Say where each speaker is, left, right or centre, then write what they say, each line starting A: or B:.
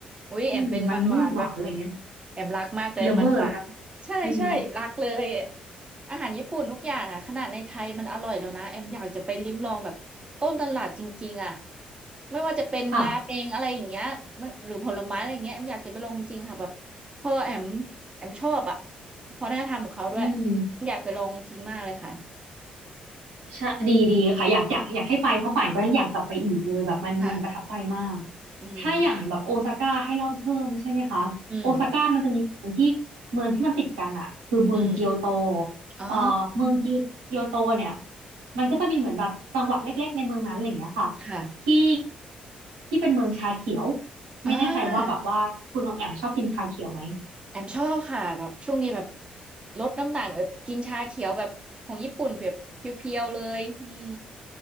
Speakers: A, on the right; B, on the right.
A: อุ้ยแอมเป็นมันหวานแบบ
B: อืมมันม่วงหวานอะไรเงี้ย
A: แอมรักมากเลยมันหวานใช่ใช่รักเลย
B: เลเวอร์เหรอคะอืม
A: อาหารญี่ปุ่นทุกอย่างอ่ะขนาดในไทยมันอร่อยแล้วนะแอมอยากจะไปลิ้มลองแบบต้นตลาดจริงๆอ่ะไม่ว่าจะเป็นราเมงอะไรอย่างเงี้ยไม่หรือผลไม้อะไรอย่างเงี้ยแอมอยากจะไปลองจริงค่ะแบบพอแอม
B: ค่ะ
A: แอมชอบอ่ะวัฒนธรรมของเขาด้วย
B: อืม
A: อยากไปลองจริงมากเลยค่ะ
B: ใช่ดีดีค่ะอยากอยากอยากให้ไปเพราะป่านก็ยังอยากกลับไปอีกเลยแบบมันมันประทับใจมาก
A: ค่ะอืม
B: ถ้าอย่างแบบโอซาก้าให้เล่าเพิ่มใช่ไหมคะโอซาก้ามันจะมีเมืองที่เมืองที่มันติดกันอะคือเมืองเกียวโต
A: อืมอืมอ๋อ
B: เอ่อเมืองจิวเกียวโตเนี่ยมันก็จะมีเหมือนแบบจังหวัดเล็กๆในเมืองนั้นอะไรอย่างเงี้ยค่ะ
A: ค่ะ
B: ที่ที่เป็นเมืองชาเขียวไม่แน่ใจว่าแบบว่าคุณออมแอมชอบกินชาเขียวไหม
A: อ่า แอมชอบค่ะแบบช่วงนี้แบบลดน้ำหนักแบบกินชาเขียวแบบของญี่ปุ่นแบบเพียวๆเลยอืม